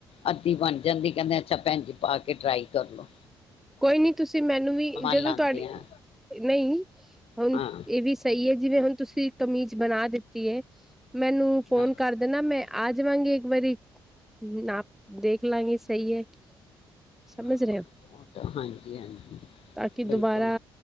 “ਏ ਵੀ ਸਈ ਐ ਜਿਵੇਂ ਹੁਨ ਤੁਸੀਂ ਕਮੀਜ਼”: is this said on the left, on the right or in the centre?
Centre